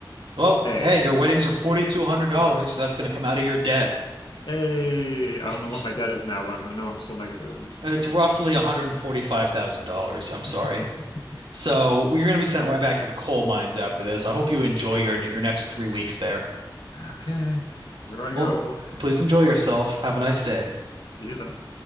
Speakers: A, on the right; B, on the left.
A: Well, yeah,
B: A.
A: your weddings are $4,200,
B: Nope.
A: so that's going to come out of your debt.
B: A. I
A: You-
B: don't know
A: you-
B: what my debt is now, but I know I'm still negative. So,
A: It's roughly $145,000. I'm
B: <laughs>
A: sorry. So well, you're going to be sent right back to the coal mines after this. I hope you enjoy your your next three weeks there.
B: okay. Here I go.
A: Well, please enjoy yourself. Have a nice day.
B: See you then.